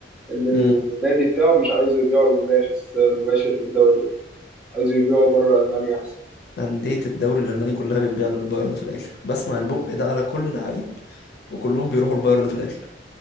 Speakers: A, in the centre; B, on the left (about 60°).
A: إن النادي
B: امم
A: بتاعه مش عايزه يبيعه لمنافس آه، مباشر في الدوري عايزه يبيعه بره ألمانيا أحسن
B: انديه الدوري الالماني كلها بتبيع للبايرن في الاخر بسمع البق ده على كل لعيب وكلهم بيروحوا البايرن في الاخر